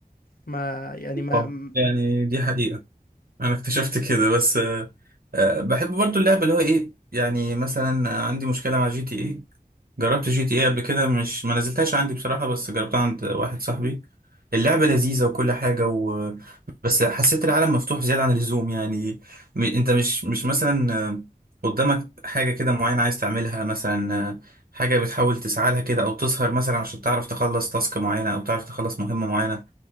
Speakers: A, on the left (about 70°); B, on the right (about 75°).
A: ما يعني ما
B: اه
A: ما-
B: يعني دي حقيقة أنا اكتشفت كده بس آه، آه، بحب برضو اللعبة اللي هو إيه يعني مثلا عندي مشكلة مع جي تي إيه جربت جي تي ايه قبل كده مش ما نزلتهاش عندي بصراحة بس جربتها عند واحد صاحبي اللعبة لذيذة وكل حاجة و... بس حسيت العالم مفتوح زيادة عن اللزوم يعني م... انت مش مش مثلا آه، قدامك حاجة كده معينة عايز تعملها مثلا آه، حاجة بتحاول تسعى لها كده او تسهر مثلا عشان تعرف تخلص تاسك معينة او تعرف تخلص مهمة معينة